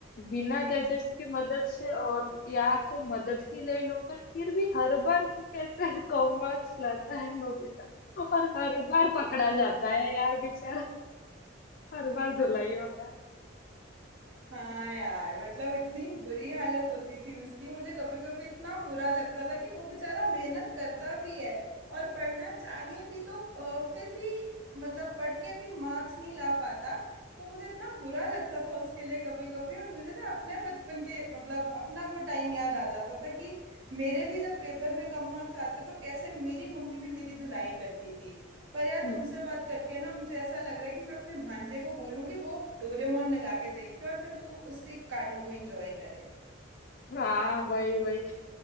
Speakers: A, on the left; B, on the right.
A: बिना गैजेट्स की मदद से और या तो मदद ही ले लो पर फिर भी हर बार कि कैसे <laughs> कम मार्क्स लाता है नोबिता और हर बार पकड़ा जाता है यार बेचारा हर बार धुलाई होता
B: हाँ यार मतलब इतनी बुरी हालत होती थी उसकी मुझे कभी कभी इतना बुरा लगता था कि वो बेचारा मेहनत करता भी है और पढ़ना चाहे भी तो अ, फिर भी मतलब पढ़ के भी मार्क्स नहीं ला पाता तो मुझे इतना बुरा लगता था उसके लिए कभी कभी और मुझे ना अपने बचपन के मतलब अपना वो टाइम याद आ जाता था कि मेरे भी जब पेपर में कम मार्क्स आते तो कैसे मेरी मम्मी भी मेरी धुलाई करती थी पर यार
A: है
B: तुमसे बात करके ना मुझे ऐसा लग रहा है कि मैं अपने भांजे को बोलूं कि वो डोरेमोन लगा के देखे और फिर वो उस एक कार्टून को एंजॉय करे
A: हाँ वही वही